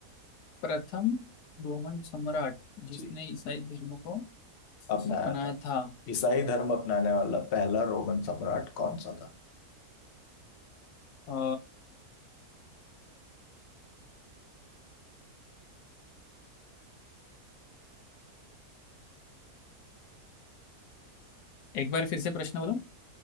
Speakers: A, on the left; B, on the left.
A: प्रथम रोमन सम्राट जिसने
B: जी
A: ईसाई धर्म को
B: अपनाया
A: अपनाया
B: था
A: था
B: ईसाई धर्म अपनाने वाला पहला रोमन सम्राट कौन सा था
A: अ, एक बार फिर से प्रश्न बोलो